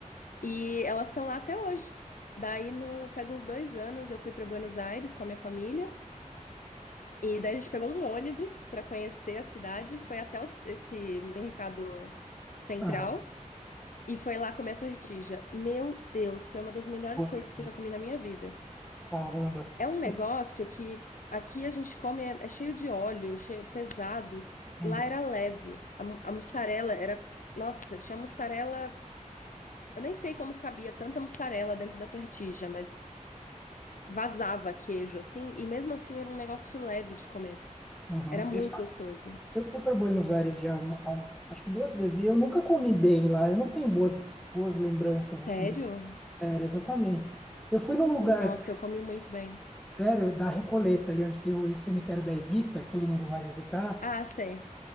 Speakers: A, on the left (about 85°); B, in the centre.
A: e elas estão lá até hoje. Daí no faz uns dois anos eu fui para Buenos Aires com a minha família. E daí a gente pegou um ônibus para conhecer a cidade, foi até os- esse mercado central
B: Ah,
A: e foi lá comer a tortilha. Meu Deus, foi uma das melhores
B: boa
A: coisas
B: mesmo.
A: que eu já comi na minha vida.
B: Caramba.
A: É um
B: Você
A: negócio
B: sabe,
A: que aqui a gente come é, é cheio de óleo, cheio pesado.
B: sim.
A: Lá era leve. A, mu- a mussarela era, nossa, tinha mussarela. Eu nem sei como cabia tanta mussarela dentro da tortilha, mas vazava queijo assim e mesmo assim era um negócio leve de comer.
B: Uhum.
A: Era muito
B: Eu só-
A: gostoso.
B: eu fui para Buenos Aires já, há- acho que duas vezes, e eu nunca comi bem lá. Eu não tenho boas, boas lembranças
A: Sério?
B: assim de férias, exatamente. Eu fui num lugar.
A: Nossa, eu comi muito bem.
B: Sério, da Recoleta, ali onde tem o cemitério da Evita, que todo mundo vai visitar,
A: Ah, sei.